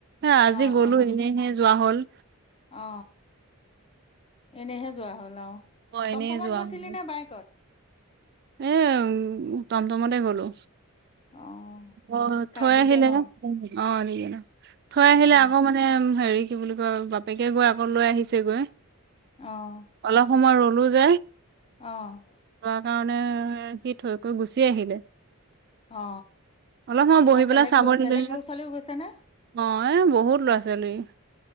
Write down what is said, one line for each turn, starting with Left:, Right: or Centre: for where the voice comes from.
Right: হে আজি
Left: অ',
Right: গলো
Left: অ',
Right: এনেহে যোৱা হ'ল।
Left: অ, এনেহে যোৱা হ'ল আৰু।
Right: অ
Left: টমটমত
Right: এনেই যোৱা
Left: গৈছিলি
Right: হ'ল
Left: নে বাইকত।
Right: এ উ তমতমতে গলো।
Left: অ',
Right: অ
Left: কাৰ্ডিগেনৰ
Right: থৈ আহিলে, অ নিকি, থৈ
Left: অ',
Right: আহিলে আকৌ মানে হেৰি কি বুলি কয় বাপেকে গৈ আকৌ লৈ আহিছে গৈ,
Left: অ',
Right: অলপ সময় ৰ লো যে,
Left: অ',
Right: <unintelligible> সি থৈ কৈ গুচি আহিলে।
Left: অ।
Right: অলপ সময় বহি
Left: আৰু
Right: পেলাই
Left: বেলেগ
Right: চাব
Left: বেলেগ
Right: নিল,
Left: ল'ৰা ছোৱালীও গৈছে নে?
Right: অ এ বহুত লৰা-ছোৱালী।